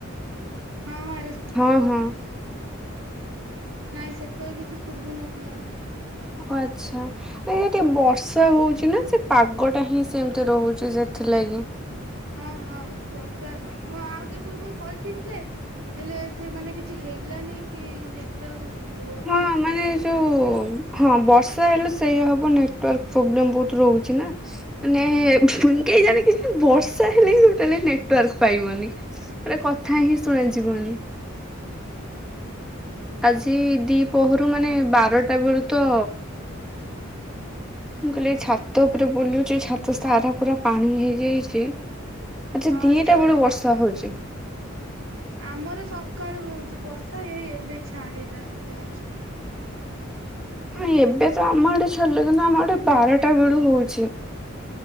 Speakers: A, on the right; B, in the centre.
A: ହଁ ହଁ ରେସ
B: ହଁ ହଁ।
A: ନାଇଁ ସେତବେଳେ କିଛି ଶୁଭୁ ନଥିଲା।
B: ଓ ଆଚ୍ଛା। ଟିକେ ବର୍ଷା ହଉଛି ନା ସେ ପାଗ ଟା ହିଁ ସେମତି ରହୁଛି ସେଥିଲାଗି।
A: ହଁ ହଁ ବର୍ଷା ହଁ ଆଉ ଟିକେ ପୂର୍ବରୁ କରିଥିଲି ଯେ ହେଲେ ସେମାନେ କିଛି ହେଲାନି କି ନେଟୱାର୍ ସ୍ଲୋ
B: ହଁ
A: ହିଁ ଦେଖେଇଲା!
B: ମାନେ ଯୋଉ ହଁ ବର୍ଷା ହେଲେ ସେଇୟା ହବ ନେଟୱାର୍କ ପ୍ରୋବ୍ଲେମ ବହୁତ ରହୁଛି ନା। ମାନେ କେଜାଣି ବର୍ଷା ହେଲେ ଟୋଟାଲି ନେଟୱର୍କ ପାଇବନି। ଗୋଟେ କଥା ହିଁ ଶୁଣାଯିବନି। ଆଜି ଦିପହରୁ ମାନେ ବାରଟା ବେଳୁ ତ ମୁଁ କହିଲି ଛାତ ଉପରେ ବୁଲୁଛି ଛାତ ସାରା ପୁରା ପାଣି ହେଇଯାଇଛି। ଆଜି
A: ହଁ
B: ଦିଟା
A: ଜୋରେ
B: ବେଳୁ ବର୍ଷା ହଉଛି।
A: ଆମର ସକାଳୁ ହଉଚି ବର୍ଷା ଏଇ ଏବେ ଛାଡିଲା ଜଷ୍ଟ।
B: ହଁ ଏବେ ତ ଆମ ଆଡେ ଛାଡିଲା କିନ୍ତୁ ଆମ ଆଡେ ବାରଟା ବେଳୁ ହଉଛି।